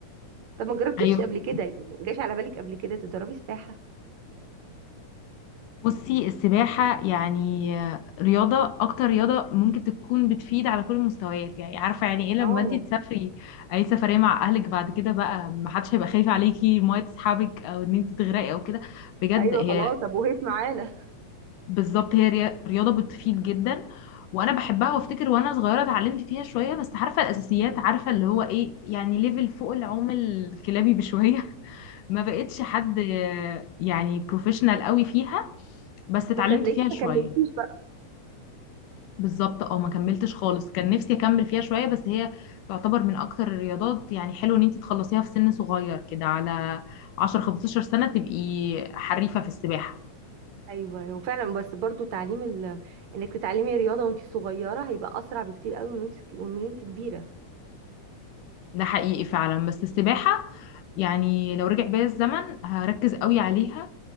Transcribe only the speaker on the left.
ايوه
بصي السباحة يعني رياضة أكتر رياضة ممكن تكون بتفيد على كل المستويات يعني عارفة يعني إيه لما
أنتي تسافري أي سفرية مع أهلك بعد كده بقى محدش هيبقى خايف عليكي المية تسحبك أو إن أنتي تغرقي أو كده بجد
هي
بالظبط هي ري- رياضة بتفيد جدا وأنا بحبها وأفتكر وأنا صغيرة اتعلمت فيها شوية بس عارفة الأساسيات عارفة اللي هو إيه يعني ليفل فوق العوم الكلابي بشوية <laughs> ما بقتش حد يعني بروفيشنال قوي فيها بس اتعلمت
فيها
شوية
بالظبط اه ما كملتش خالص كان نفسي اكمل فيها شويه بس هي تعتبر من اكتر الرياضات يعني حلو ان انت تخلصيها في سن صغير كده على 10 15 سنه تبقي حريفه في السباحه
ده حقيقي فعلا بس السباحه يعني لو رجع بيا الزمن هركز قوي عليها